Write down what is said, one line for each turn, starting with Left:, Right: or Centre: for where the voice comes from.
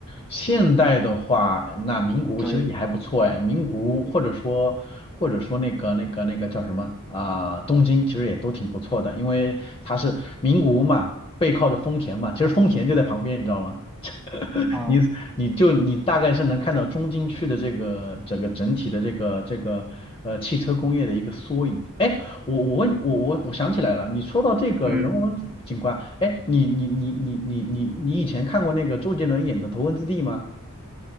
Left: 现代的话，那名古屋其实也还不错哎，
Centre: 对，
Left: 名古屋或者说或者说那个那个那个叫什么啊、东京其实也都挺不错的，因为它是名古屋嘛，背靠着丰田嘛，其实丰田就在旁边，你知道吗？<laughs>
Centre: 哦，
Left: 你你就你大概是能看到中京区的这个整个整体的这个这个呃汽车工业的一个缩影。哎，我我问我我我想起来了，你说到这个人文景观，
Centre: 嗯，
Left: 哎，你你你你你你你以前看过那个周杰伦演的《头文字 D》吗？